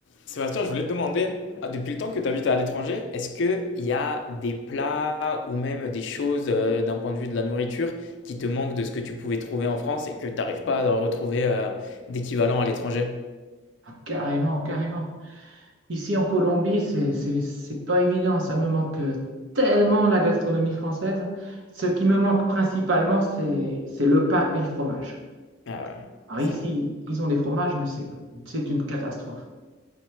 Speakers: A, on the left (about 60°); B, on the right (about 70°).
A: Sébastien, je voulais te demander, ah, depuis le temps que tu habites à l'étranger, est-ce qu'il y a des plats ou même des choses euh, d'un point de vue de la nourriture qui te manquent de ce que tu pouvais trouver en France et que tu n'arrives pas à retrouver euh, d'équivalent à l'étranger?
B: Ah, carrément, carrément. Ici en Colombie, c'est c'est- c'est pas évident. Ça me manque euh, tellement la gastronomie française. Ce qui me manque principalement, c'est c'est le pain et le fromage.
A: Ah ouais,
B: Alors
A: c'est ça.
B: ici, ils ont des fromages, mais c'est c'est une catastrophe.